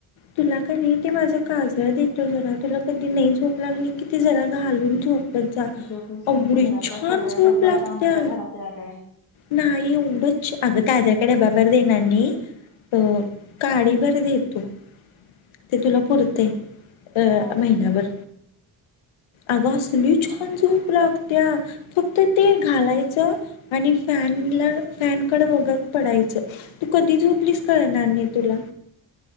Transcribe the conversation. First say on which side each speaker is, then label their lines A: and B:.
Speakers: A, on the left; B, on the left.
A: तुला कणी ते माझ्या काजळ देतो जरा तुला कधी नाही झोप लागली की ते जरा घालून झोप.
B: घे बस
A: एवढी
B: तुमच्या घरातला
A: छान
B: सगळा
A: झोप
B: डब्बा
A: लागत्या
B: आता आमच्या घरात यायलाय
A: नाही एवढंच अग काजळ डब्बा भर देणार नाही, हो. कढीभर देतो. ते तुला पुरतें अ
B: साडी
A: महिन्याभर. अगं असलि छान झोप लागत्या फक्त ते घालायचं आणि फॅनला फॅनकडे वगत पडायचं तू कधी झोपलीस कळणार नाही तुला.